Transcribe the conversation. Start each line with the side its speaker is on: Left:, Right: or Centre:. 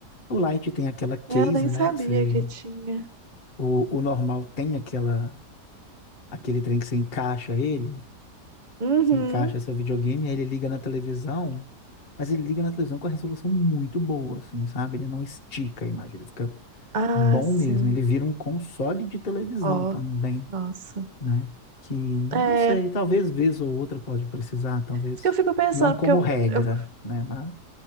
Left: O light tem aquela case,
Right: É, eu nem
Left: né?
Right: sabia
Left: Que você,
Right: que tinha.
Left: o, o normal tem aquela, aquele trem que você encaixa ele,
Right: Uhum.
Left: você encaixa seu videogame, aí ele liga na televisão, mas ele liga na televisão com a resolução muito boa, assim, sabe? Ele não estica a imagem, ele fica
Right: Ah,
Left: bom
Right: sim.
Left: mesmo. Ele vira um console de televisão
Right: Ó,
Left: também,
Right: nossa.
Left: né? Que, não
Right: É,
Left: sei, talvez vez ou outra pode precisar, talvez
Right: isso que eu fico pensando,
Left: não como
Right: porque eu,
Left: regra,
Right: eu-
Left: né? Mas,